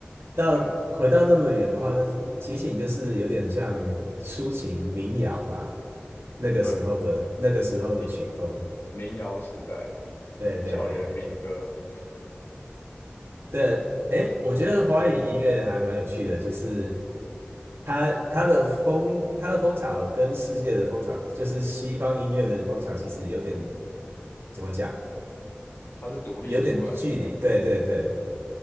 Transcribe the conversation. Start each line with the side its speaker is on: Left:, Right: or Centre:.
Left: <laughs>
Right: 到回到那么远的话，
Left: 对
Right: 那齐秦就是有点像抒情民谣吧，那个时候的那个时候的曲风。
Left: 对，民民谣时代，
Right: 对对对
Left: 校园民歌，
Right: 对，诶，我觉得华语音乐还蛮有趣的，就是它它的风它的风潮跟世界的风潮，就是西方音乐的风潮，其实有点怎么讲，
Left: 它是独立出来的，
Right: 有点距离。对对对，